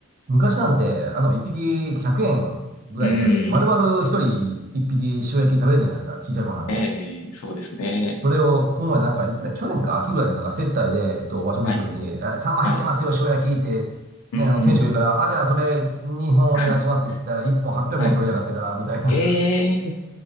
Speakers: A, on the right; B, on the left.
A: 昔なんて、あの、一匹100円ぐらいで、
B: うん、
A: 丸々一人一匹塩焼き食べれたじゃないですか、小さい頃なんて。
B: ええそうですね。
A: それを、この前なんか、いつだ、去年か秋ぐらいになんか接待で、えっと、和食行った時に、
B: はい、
A: え、サンマ入ってますよ、
B: はい。
A: 塩焼きって、
B: うん、
A: ね、あの、店主が言うから、あ、じゃあそれ2本お願いしますって言ったら、
B: <laughs>
A: 1本800円取りやがってから、
B: はい。
A: みたいな。
B: ええ